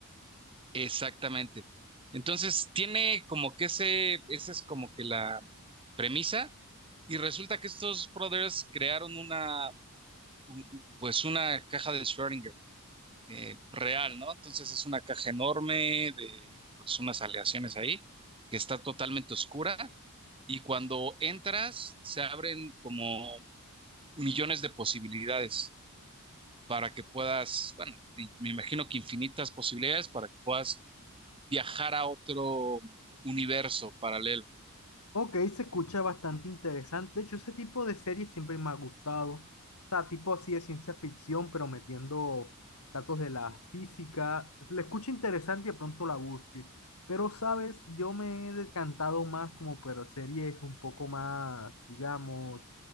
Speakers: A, on the right (about 25°); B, on the left (about 80°).
A: Exactamente. Entonces, tiene como que ese, esa es como que la premisa, y resulta que estos brothers crearon una, un- pues una caja de Schrödinger eh, real, ¿no? Entonces es una caja enorme de, pues unas aleaciones ahí, que está totalmente oscura, y cuando entras, se abren como millones de posibilidades. para que puedas, bueno, me me imagino que infinitas posibilidades para que puedas viajar a otro universo paralelo.
B: Ok, se escucha bastante interesante. De hecho, ese tipo de series siempre me ha gustado. O sea, tipo así de ciencia ficción, pero metiendo datos de la física. La escucho interesante y de pronto la busque. Pero, ¿sabes? Yo me he decantado más como por series un poco más, digamos,